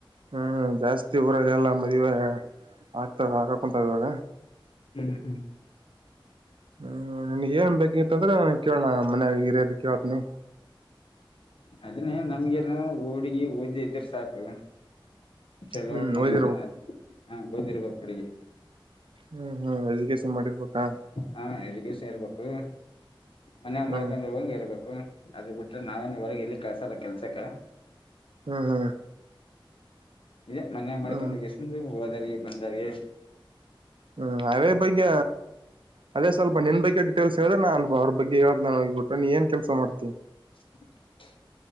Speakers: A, on the right; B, on the left.
A: ಹ್ಮ್ ಜಾಸ್ತಿ ಊರಗೆಲ್ಲ ಮದ್ವೀ ಆಗ್ತಾವ ಆಗಾಕುಂತಾವ ಇವಾಗ
B: ಹ್ಮ್ ಹ್ಮ್.
A: ಹ್ಮ ನಿಮ್ಗ ಏನ್ ಬೇಕಿತ್ ಅಂದ್ರೆ ಕೇಳಣಾ ಮನ್ಯಾಗ ಹಿರ್ಯಾರನ ಕೇಳತ್ನಿ
B: ಅದನ್ನೇ ನಮ್ಗೆನು ಹುಡುಗಿ ಓದಿದ್ರ ಇದ್ರ ಸಾಕು. ಚಲೋ
A: ಹ್ಮ್
B: ಮನೆತನಾ
A: ಓದಿರ್ಬೇಕು
B: <unintelligible> ಹ ಓದಿರ್ಬೇಕು ಹುಡುಗಿ.
A: ಹ್ಮ್ ಹ್ಮ್ ಎಜುಕೇಶನ್ ಮಾಡಿರ್ಬೇಕಾ
B: ಹಾ ಎಜುಕೇಶನ್ ಇರ್ಬೇಕು ಮನ್ಯಾಗ
A: ಹ್ಮ್
B: ಮಾಡ್ಕೊಂಡ್ ಹೋಗಂಗ ಇರ್ಬೇಕು ಅದ್ ಬಿಟ್ರೆ ನಾವೇನು ಹೊರಗೆ ಎಲ್ಲಿ ಕಳ್ಸಲ್ಲ ಕೆಲ್ಸಕ್ಕ
A: ಹ್ಮ್ ಹ್ಮಾ.
B: ಇದೆ ಮನೆ ಮಾಡ್ಕೊಂಡ್--ಗಸಂದು
A: ಹ್ಮ್
B: ಹೋದಾರಿಗೆ ಬಂದಾರ್ಗೆ
A: ಹ್ಮ್ ಅವೇ ಬೈಗ್ ಅದೇ ಸ್ವಲ್ ನಿನ್ನ ಬಗ್ಗೆ ಡಿಟೇಲ್ಸ್ ಹೇಳಿದೆ ನಾ ಅಲ್ಲಿ ಅವ್ರ ಬಗ್ಗೆ ಹೇಳ್ತೀನಿ ಹೋಗಬಿಟ್ಟು ನೀ ಏನ್ ಕೆಲಸ ಮಾಡತಿ
B: <unintelligible>